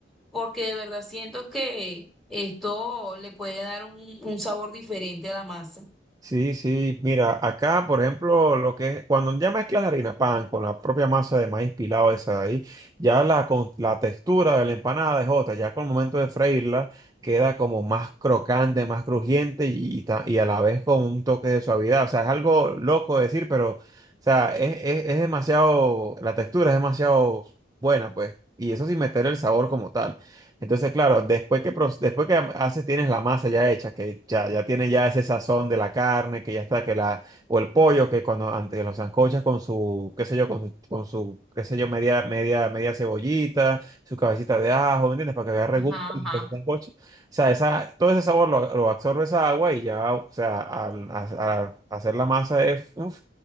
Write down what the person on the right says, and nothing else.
Sí, sí, mira, acá, por ejemplo, lo que es, cuando ya mezclas la harina pan con la propia masa de maíz pilado esa de ahí, ya la, con- la textura de la empanada es otra, ya con el momento de freírla queda como más crocante, más crujiente y, y ta- y a la vez con un toque de suavidad, o sea, es algo loco de decir, pero, o sea, es, es es demasiado, la textura es demasiado buena, pues, y eso sin meter el sabor como tal. Entonces, claro, después que, pro- después que haces, tienes la masa ya hecha, que ya, ya tiene ya ese sazón de la carne, que ya está, que la, o el pollo, que cuando antes los sancochas con su, qué sé yo, con su, con su, qué sé yo, media, media, media cebollita, su cabecita de ajo, ¿me entiendes? Para que agarre
gusto en
el sancocho. O sea, esa, todo ese sabor lo, lo absorbe esa agua y ya, o sea, al, a- a- hacer la masa es, uf,